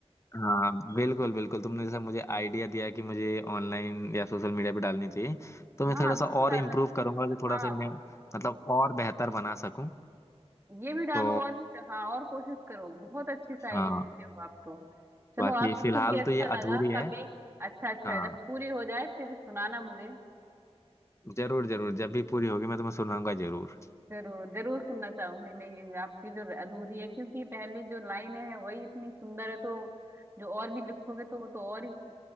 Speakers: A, on the left (about 25°); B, on the right (about 20°).
A: हाँ बिल्कुल बिल्कुल तुमने जैसा मुझे आइडिया दिया कि मुझे ऑनलाइन या सोशल मीडिया पे डालनी चाहिए तो मैं
B: हाँ
A: थोड़ा सा
B: बिल्कुल
A: और
B: डालना
A: इम्प्रूव करूंगा कि थोड़ा
B: हाँ
A: सा इन्हें मतलब और बेहतर बना सकूं
B: ये भी डालो
A: तो
B: और भी हाँ और कोशिश करो बहुत अच्छी शायरी
A: हाँ
B: लिखते हो आप तो चलो
A: बाकी
B: आपसे
A: फिलहाल
B: सुन के अच्छा
A: तो ये
B: लगा
A: अधूरी है
B: कभी अच्छा अच्छा
A: हाँ
B: जब पूरी हो जाए फिर सुनाना मुझे
A: जरूर जरूर जब भी पूरी होगी मैं तुम्हें सुनाऊंगा जरूर
B: जरूर जरूर सुनना चाहूंगी मैं ये आपकी जो अधूरी है क्योंकि पहली जो लाइन है वही इतनी सुंदर है तो जो और भी लिखोगे तो वो तो और ही